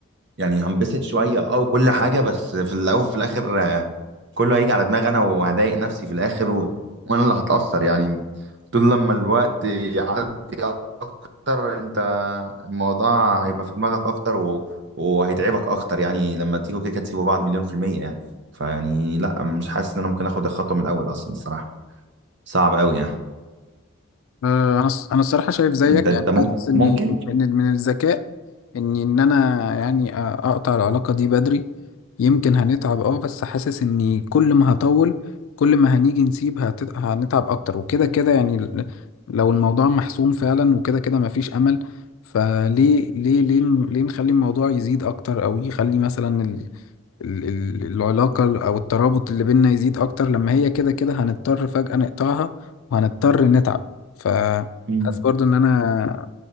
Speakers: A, on the right; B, on the left.
A: يعني هنبسط شويه اه وكل حاجه بس في الاول وفي الاخر آه، كله هيجي على دماغي انا وهضايق نفسي في الاخر و... وانا اللي هتاثر يعني طول لما الوقت يعدي اكتر انت الموضوع هيبقى في دماغك اكتر و... وهيتعبك اكتر يعني لما تيجوا كده كده تسيبوا بعض مليون في المية يعني فيعني لا مش حاسس ان انا ممكن اخد الخطوة من الاول اصلا الصراحة صعب قوي يعني
B: آه، انا الص- انا الصراحه شايف زيك
A: انت انت
B: يعني
A: ممكن
B: حاسس اني
A: ممكن
B: من من الذكاء اني ان انا يعني أ- اقطع العلاقه دي بدري يمكن هنتعب اه بس حاسس اني كل ما هطول كل ما هنيجي نسيب هت- هنتعب اكتر وكده كده يعني ال- لو الموضوع محسوم فعلا وكده كده مفيش امل فليه ليه ليه ليه نخلي الموضوع يزيد اكتر او يخلي مثلا ال- ال- العلاقة أو الترابط اللي بينا يزيد أكتر لما هي كده كده هنضطر فجأة نقطعها وهنضطر نتعب فحاسس
A: مم.
B: برضو إن أنا